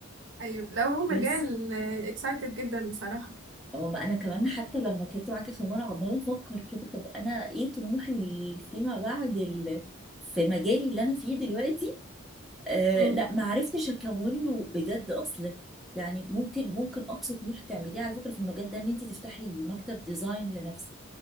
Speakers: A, on the right; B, in the centre.
A: ايوه لو هو مجال
B: بس
A: اكسايتد جدا بصراحة
B: اه ما انا كمان حتى لما كنت معاك اخر مره عماله افكر كده طب انا ايه طموحي فيما بعد ال... في مجالي اللي انا فيه دلوقتي آه
A: امم
B: لا ما عرفتش اكون له بجد اصل يعني ممكن ممكن اقصى طموح تعمليه على فكره في المجال ده ان انت تفتحي مكتب ديزاين لنفسك